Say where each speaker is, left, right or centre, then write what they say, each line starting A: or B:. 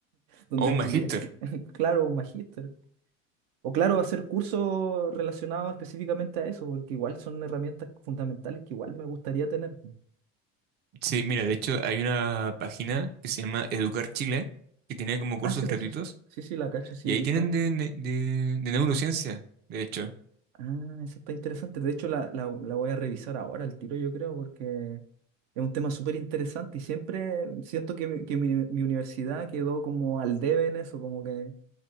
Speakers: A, on the right; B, on the right.
A: donde
B: O
A: estudié,
B: un magíster.
A: <laughs> claro, un magíster. O claro, hacer cursos relacionados específicamente a eso, porque igual son herramientas fundamentales que igual me gustaría tener. pues.
B: Sí, mira, de hecho hay una página que se llama Educar Chile, que tiene como cursos
A: Ah, sí,
B: gratuitos,
A: pues sí, sí, sí, sí, la cacho, sí,
B: y
A: he
B: ahí
A: visto.
B: tienen de, ne- de, de neurociencia, de hecho.
A: Ah, eso está interesante. De hecho, la, la- la voy a revisar ahora al tiro, yo creo, porque es un tema súper interesante y siempre siento que, mi, que mi- mi universidad quedó como al debe en eso, como que,